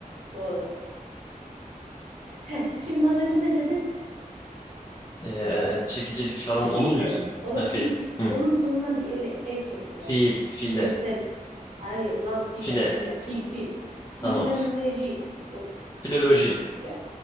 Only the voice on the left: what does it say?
Ee, çekicilik falan onu
mu diyorsun?
Ha,
fil, hı.
Fil, file,
file,
tamam.
<laughs> Filoloji.